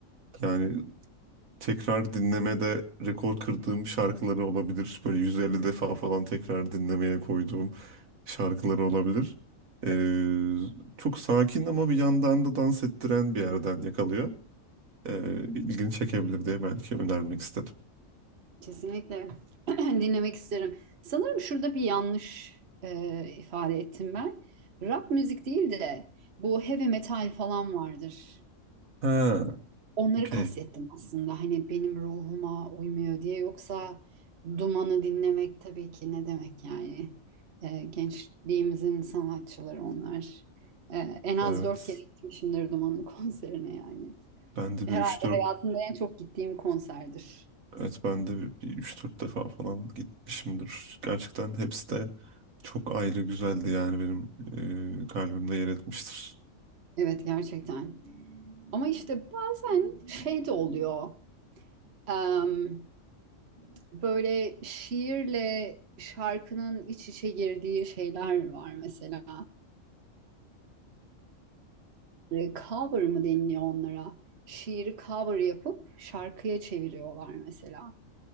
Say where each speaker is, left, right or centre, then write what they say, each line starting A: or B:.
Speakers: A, on the right (about 80°); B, on the right (about 55°).
A: yani tekrar dinlemede rekor kırdığım şarkıları olabilir. Böyle 150 defa falan tekrar dinlemeye koyduğum. şarkıları olabilir. Ee, çok sakin ama bir yandan da dans ettiren bir yerden yakalıyor. Ee, ilgini çekebilir diye belki önermek istedim.
B: Kesinlikle <clears throat> dinlemek isterim. Sanırım şurada bir yanlış e, ifade ettim ben. Rock müzik değil de bu heavy metal falan vardır.
A: Ha,
B: Onları
A: okey.
B: kastettim aslında. Hani benim ruhuma uymuyor diye. Yoksa Duman'ı dinlemek tabii ki ne demek yani. Ee, gençliğimizin sanatçıları onlar. Ee, en az
A: Evet.
B: dört kere gitmişimdir Duman'ın <laughs> konserine yani.
A: Ben de
B: Herhalde
A: bir üç dört
B: hayatımda en çok gittiğim konserdir.
A: Evet ben de bir, bir 3-4 defa falan gitmişimdir. Gerçekten hepsi de çok ayrı güzeldi yani benim e, kalbimde yer etmiştir.
B: Evet gerçekten. Ama işte bazen şey de oluyor. Em, böyle şiirle şarkının iç içe girdiği şeyler var mesela. e, cover mı deniliyor onlara? Şiiri cover yapıp şarkıya çeviriyorlar mesela.